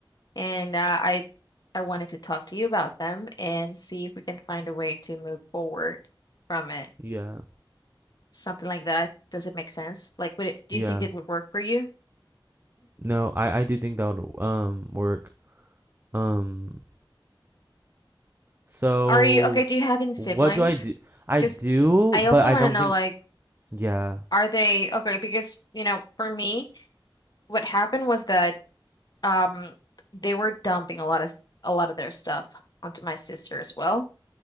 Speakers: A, on the left; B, on the right.
A: And uh, I I wanted to talk to you about them and see if we can find a way to move forward from it.
B: Yeah.
A: Something like that. Does it make sense? Like, would it, do
B: Yeah.
A: you think it would work for you?
B: No, I I do think that would um work. Um So,
A: Are you okay? Do you have any siblings?
B: what do I do? I
A: Because
B: do,
A: I
B: but
A: also
B: I
A: want
B: don't
A: to know,
B: think.
A: like,
B: Yeah.
A: are they okay? Because, you know, for me, what happened was that um they were dumping a lot of a lot of their stuff onto my sister as well.